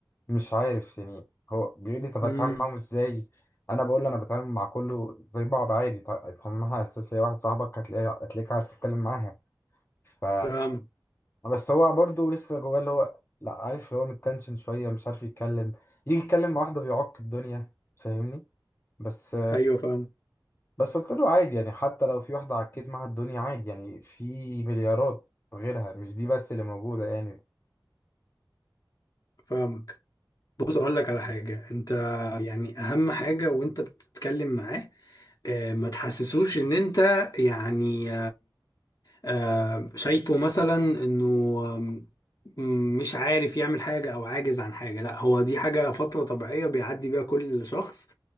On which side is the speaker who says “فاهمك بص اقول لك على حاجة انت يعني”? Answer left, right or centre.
Left